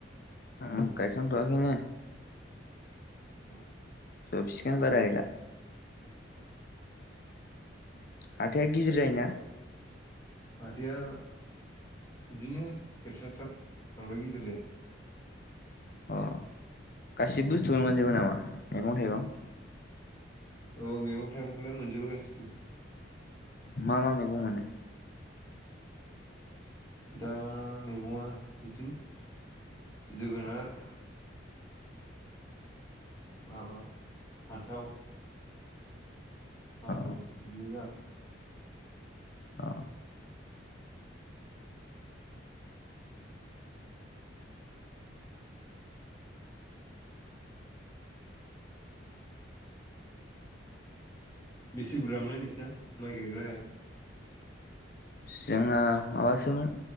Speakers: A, on the left (about 50°); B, on the left (about 20°).
A: उम गायखां थ'आखैनो।
B: <unintelligible>
A: जोबसिगोन बारा गैला।
B: औ।
A: हाथाया गिदिर जायोना?
B: हाथाया बिदिनो फेरसाब साब बांद्राइ गिदिर जाता।
A: अ गासैबो बुस्थुखौनो मोनजोबो नामा मैगं थाइगं?
B: औ मैगं थाइगंखौलाइ मोनजोबो गासिखौबो
A: मा मा मैगं मोनो? <inaudible>
B: दा मैगङा बिदिनो जोगोनार माबा फान्थाव आलु
A: अ
B: <unintelligible>
A: औ।
B: बेसे बुरजामोनलाय नोंसिना माइ गायग्रा हाया?
A: जोंहा माबासोमोन